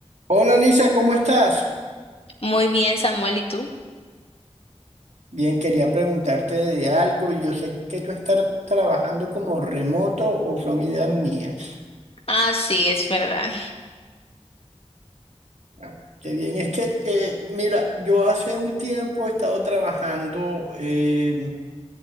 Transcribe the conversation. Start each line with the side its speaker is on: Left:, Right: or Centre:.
Right: Hola Lisa, ¿cómo estás?
Left: Muy bien, Samuel, ¿y tú?
Right: Bien, quería preguntarte de algo. Yo sé que tú estás trabajando como remoto o son ideas mías.
Left: Ah, sí, es verdad.
Right: Ah, Qué bien, es que, eh, mira, yo hace un tiempo he estado trabajando eh,